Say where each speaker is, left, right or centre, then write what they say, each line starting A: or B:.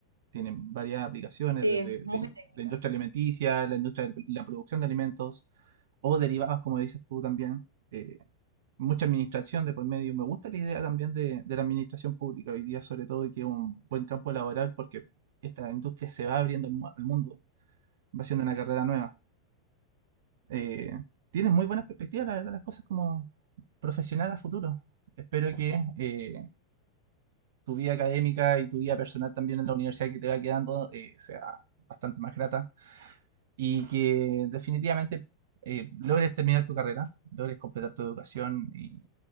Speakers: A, on the right; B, on the right.
A: Tienen varias aplicaciones
B: Sí,
A: desde
B: es muy
A: la, in-
B: técnica.
A: la industria alimenticia, la industria de la producción de alimentos o derivados, como dices tú también. eh, mucha administración de por medio. Me gusta la idea también de, de la administración pública hoy día, sobre todo, y que es un buen campo laboral porque esta industria se va abriendo al mu- al mundo, va siendo una carrera nueva. eh, tienes muy buenas perspectivas, la verdad, las cosas como profesional a futuro. Espero que eh, tu vida académica y tu vida personal también en la universidad que te va quedando eh, sea bastante más grata y que definitivamente eh, logres terminar tu carrera, logres completar tu educación y